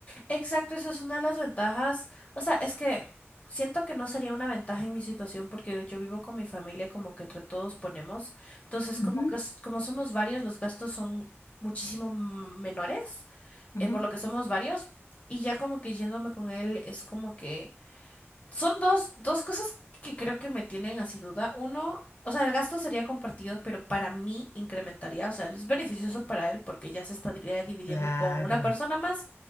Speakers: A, on the left; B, on the left.
A: Exacto, eso es una de las ventajas. O sea, es que siento que no sería una ventaja en mi situación porque yo vivo con mi familia, como que entre todos ponemos. Entonces, como
B: Ujú,
A: que es- como somos varios, los gastos son muchísimo m- menores,
B: ujú.
A: eh, por lo que somos varios. Y ya como que yéndome con él es como que son dos, dos cosas que creo que me tienen así duda. Uno, o sea, el gasto sería compartido, pero para mí incrementaría, o sea, es beneficioso para él porque ya se estaría dividiendo
B: Claro,
A: con una persona más.